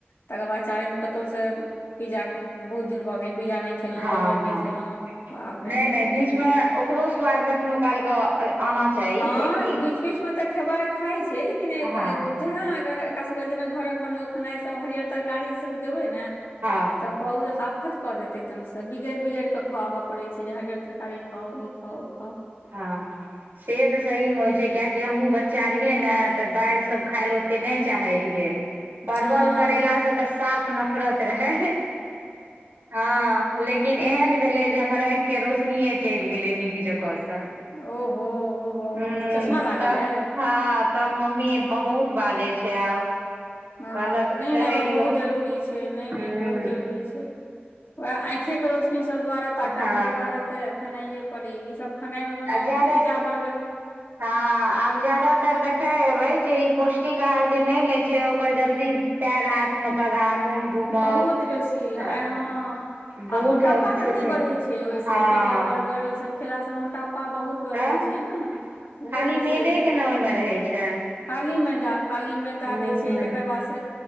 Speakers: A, on the left; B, on the right.
A: तकर बाद चारिम दिन कतहु से पिज्जा के बहुत दिन भऽ गेल पिजा नय खेलहुँ
B: हँ
A: बर्गर
B: हँ
A: नय खेलहुँ बाप रे
B: नहि नहि
A: एतेक
B: बीचमे ओकरो स्वाद कखनो काल कऽ आना चाही।
A: हँ
B: कियाकि
A: बीच बीच मे तऽ खेबा खाय छै लेकिन एक
B: हँ
A: <unintelligible> जहाॅं एकर ऐकरा सबके जेना घऽरक बनल खेनाइ सब हरियर तरकारी ई सब देबय ने
B: हँ
A: तऽ बहुत हाफत कऽ देत एकदम सँ तऽ बिगैर बिगैर कऽ खुआबऽ पड़ै छै जे हरडियर तरकारी खाउ ई खाउ उ खाउ
B: हँ से तऽ सही मे होइ छै किआकी हमहुँ बच्चा रहियै नऽ तऽ दालि सब खाय ले ओते नम चाहे रहियै परवल
A: हँ
B: करेला सँ तऽ साफ नफ़रत रहै हँ लेकिन एहन भेलै जे हमर आँइख कऽ केँ रौशनीये चैल गेलै नीक जकाँ सँ
A: ओहो ओहो
B: हूं
A: चश्मा लागल
B: तऽ
A: ऐ।
B: हँ तब मम्मीये बहुत बाजै छै आब
A: ह
B: कहलक तऽ
A: नय
B: कहै
A: नय ओ
B: रहियौ
A: बहुत जरूरी छै नय
B: हूं
A: नय बहुत जरूरी छै वएह आँखे के रोशनी सब द्वारे ताकत
B: हँ
A: के द्वारे ते खेनाईये पड़े ई सब खानाय मे कोनो
B: आ जादा
A: पिज्जा बर्गर में
B: हँ आब जदातर देखै हेबै जे ई पौष्टिक आहार जे नय लै छै ओकर जल्दी पेर हाथ में बगहा मोन घूमब
A: बहुत बेसी
B: तऽ
A: आइ हा
B: बहुत
A: आ मोटापा कते
B: छोट छोट
A: बढ़े छै ओइ
B: हँ
A: से पिज्जा बर्गर ई सब खेला से मोटापा मोटापा बहुत बढ़ै
B: तऽ
A: छै न बहुत
B: खाली
A: बेसी
B: मेदे
A: एगो
B: के ने ओहिमे रहै छै
A: खाली मैदा खाली मैदा
B: हूं
A: दै छै तकर बाद